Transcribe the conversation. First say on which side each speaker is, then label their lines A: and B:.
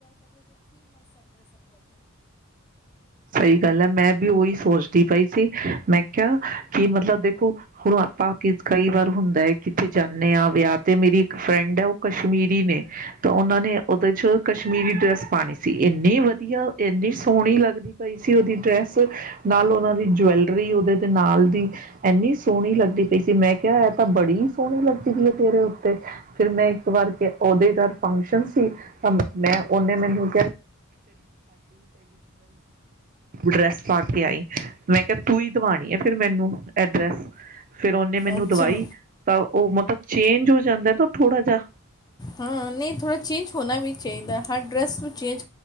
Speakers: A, on the right; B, on the left.
A: ਸਈ ਗੱਲ ਐ ਮੈਂ ਵੀ ਓਈ ਸੋਚਦੀ ਪਈ ਸੀ ਮੈਂ ਕੇਆ ਕੀ ਮਤਲਬ ਦੇਖੋ ਹੁਣ ਆਪਾਂ ਕਈ ਵਾਰ ਹੁੰਦਾ ਕਿਥੇ ਜਾਨੇ ਆ ਵਿਆਹ ਤੇ ਮੇਰੀ ਇੱਕ ਫਰੈਂਡ ਆ ਓ ਕਸ਼ਮੀਰੀ ਨੇ ਤਾਂ ਓਨਾਂ ਨੇ ਉਦੇ ਚ ਕਸ਼ਮੀਰੀ ਡਰੈਸ ਪਾਣੀ ਸੀ ਏਂਨੀ ਵਧੀਆ ਏਂਨੀ ਸੋਹਣੀ ਲੱਗਦੀ ਪਈ ਸੀ ਓਦੀ ਡਰੈਸ ਨਾਲ ਓਨਾਂ ਦੀ ਜੁਐਲਰੀ ਓਦੇ ਤੇ ਨਾਲ ਦੀ ਐਨੀ ਸੋਣੀ ਲੱਗਦੀ ਪਈ ਸੀ ਮੈਂ ਕੇਆ ਐ ਤਾਂ ਬੜੀ-ਫਿਰ ਮੈਂ ਇੱਕ ਵਾਰ ਓਦੇ ਹੀ ਘਰ ਫੰਕਸ਼ਨ ਸੀ-ਮੈਂ ਓਨੇ ਮੈਨੂੰ ਡਰੈਸ ਪਾ ਕੇ ਆਈ ਮੈਂ ਕੇਆ ਤੂੰ ਈ ਧਵਾਣੀ ਐ ਫਿਰ ਮੈਨੂੰ ਐਡਰੈਸ ਫਿਰ ਓਨੇ ਮੈਨੂੰ
B: ਅੱਛਾ
A: ਦਵਾਈ ਤਾਂ ਓ ਮਤਲਬ ਚੇਂਜ ਹੋ ਜਾਂਦਾ ਤਾਂ ਥੋੜ੍ਹਾ ਜਾ।
B: ਹਾਂ ਨਈ ਥੋੜਾ ਚੇਂਜ ਹੋਨਾ ਵੀ ਚਾਈਦਾ, ਹਰ ਡਰੈੱਸ ਨੂੰ ਚੇਂਜ